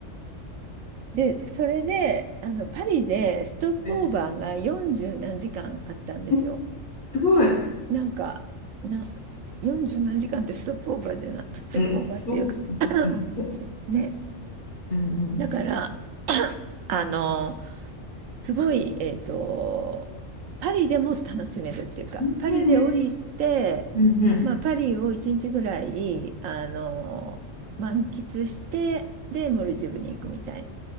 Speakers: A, on the right; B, on the left.
A: で、それで、あの、パリでストップオーバーが40何時間あったんですよ。
B: はいえすごい。
A: なんか、な、40何時間ってストップオーバーじゃない、ストップオーバーっていうか
B: うん、そう。
A: <clears throat>
B: うん
A: <laughs> ね、
B: うん。
A: だから、あの、すごい、えっと、パリでも楽しめるっていうか、
B: うんえめ、
A: パリで降りて、
B: うんうん。
A: まあ、パリを1日ぐらい、あの、満喫して、で、モルジブに行くみたいな。